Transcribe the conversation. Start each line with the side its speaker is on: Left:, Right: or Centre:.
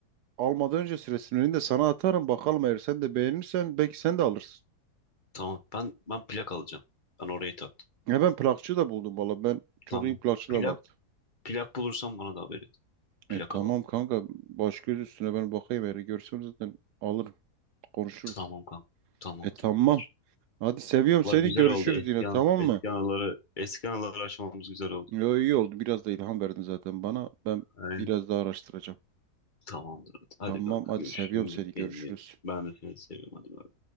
Right: almadan önce resimlerini de sana atarım bakalım eğer sen de beğenirsen belki sen de alırsın.
Left: Tamam ben ben plak alacağım. Ben orayı taktım.
Right: Ya ben plakçı da buldum valla ben çok
Left: Tamam.
Right: iyi plakçı
Left: Plak
Right: da vardı.
Left: plak bulursan bana da haber et. Plak
Right: E, tamam
Left: alalım.
Right: kanka baş göz üstüne ben bakayım eğer görsem zaten alırım konuşuruz.
Left: Tamam kanka. Tamam
Right: E tamam
Left: tamamdır.
Right: hadi seviyorum
Left: Valla
Right: seni
Left: güzel
Right: görüşürüz
Left: oldu. Eski
Right: yine tamam
Left: an, eski
Right: mı?
Left: anıları, eski anıları aşmamız güzel oldu.
Right: Yo, iyi oldu biraz da ilham verdin zaten bana ben
Left: Aynen.
Right: biraz daha araştıracağım.
Left: Tamamdır. Hadi
Right: Tamam
Left: kanka
Right: hadi
Left: görüşürüz.
Right: seviyorum seni görüşürüz.
Left: Kendine. Ben de seni seviyorum. Hadi bay.